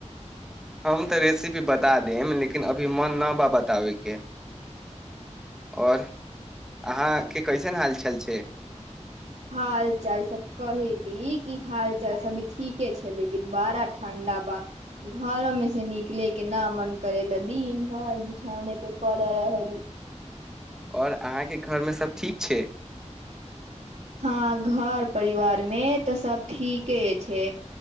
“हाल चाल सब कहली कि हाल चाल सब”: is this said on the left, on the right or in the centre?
Right